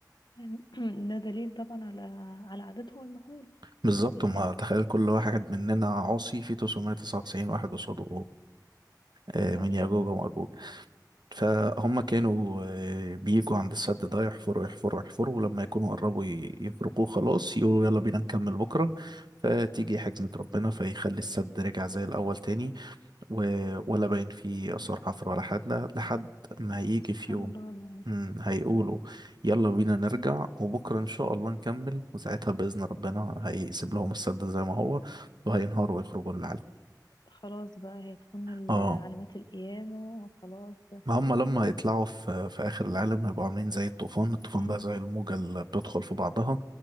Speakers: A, on the left (about 80°); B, on the right (about 75°).
A: يعني <clears throat> ده دليل طبعا على على عددهم المهول
B: بالظبط
A: ال-
B: هم تخيل كل واحد مننا عاصي في 999 واحد قصاده آه
A: يا
B: من
A: الله
B: يأجوج ومأجوج فهم كانوا آه، بيجوا عند السد ده يحفروا يحفروا يحفروا ولما يكونوا قربوا ي- يفرقوه خلاص يقولوا يلا بينا نكمل بكرة فتيجي حكمة ربنا فيخلي السد رجع زي الأول تاني و- ولا باين فيه آثار حفر ولا حاجة لحد ما هيجي
A: سبحان
B: في يوم
A: الله يعني
B: مم، هيقولوا يلا بينا نرجع وبكرة إن شاء الله نكمل وساعتها بإذن ربنا هيسيب لهم السد زي ما هو وهينهاروا ويخرجوا للعالم
A: خلاص بقى هي تكون ال-
B: اه
A: علامات القيامة وخلاص
B: ما هم لما يطلعوا في في آخر العالم هيبقوا عاملين زي الطوفان الطوفان
A: امم
B: ده زي الموجة اللي بتدخل في بعضها